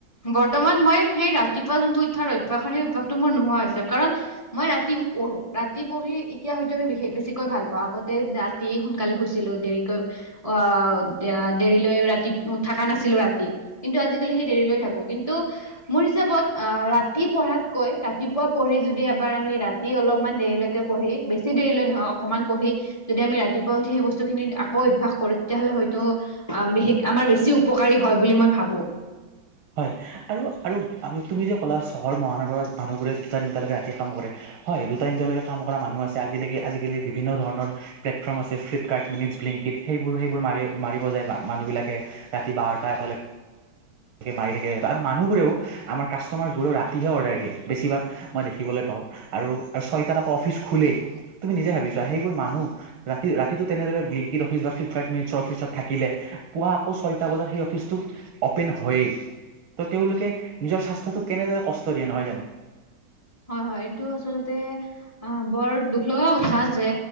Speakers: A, on the left (about 15°); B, on the right (about 85°).
A: বৰ্তমান মই হেই ৰা ৰাতিপুৱা যোনটো উঠাৰ অভ্যাস সেই অভ্যাসটো মোৰ নোহোৱা হৈছে কাৰণ মই ৰাতি পঢ়ো ৰাতি পঢ়ি এতিয়া হয়তো আমি বেছিকৈ ভাল পাওঁ আগতে ৰাতি সোনকালে শুইছিলো দেৰিকৈ অ দেৰিলৈ ৰাতি উ থকা নাছিলো ৰাতি কিন্তু আজিকালি সেই ডেৰিলৈ থাকো, কিন্তু মোৰ হিচাপত ৰাতি পঢ়াতকৈ ৰাতিপুৱা পঢ়ি যদি এবাৰ আমি আমি ৰাতি অলপমান দেৰিলৈকে পঢ়ি বেছি দেৰিলৈ নহয় অকনমান পঢ়ি যদি আমি ৰাতিপুৱা উঠি সেই বস্তুখিনি আকৌ অভ্যাস কৰো তেতিয়াহলে হয়তো আমি আমাৰ বেছি উপকাৰী হয় বুলি মই ভাবো।
B: হয় আৰু- আৰু তুমি যে ক'লা চহৰ মহানগৰত মানুহবোৰে দুটা, তিনটালৈকে ৰাতিকাম কৰে হয়, দুটা - তিন্তলৈকে কাম কৰা মানুহ আছে আজিলেগী -আজিকালি বিভিন্ন ধৰণৰ প্লেটফৰ্ম আছে ফ্লিপকাৰ্ট মিনিত ব্লিংকিট সেইবোৰ- সেইবোৰ মাৰি মাৰিব যায় মানুহ বিলাকে ৰাতি বাৰটা এটালে কে মাৰি থাকে আৰু মানুহবোৰেও আমাৰ কাষ্টমাৰ্চবোৰেও ৰাতিহে অৰ্ডাৰ দিয়ে, বেছিভাগ মই দেখিবলৈ পাওঁ। আৰু ছয়টাত আকৌ অফিচ খোলেই তুমি নিজে ভাবিছোৱা সেইবোৰ মানুহ ৰাতি ৰাতিটো তেনেদৰে ব্লিংকিত অফিচ বা ফ্লিপকাৰ্ত অফিচ ত থাকিলে পোৱা আকৌ ছয় তা বজাত সেই অফিচ টো অ অপেন হয়েই ত তেওঁলোকে নিজৰ স্বাস্থ্যটোক কেনেদৰে কষ্ট দিয়ে নহয় জানো?
A: হয় হয় এইটো আচলতে অ বৰ দুখ লগা কথা যে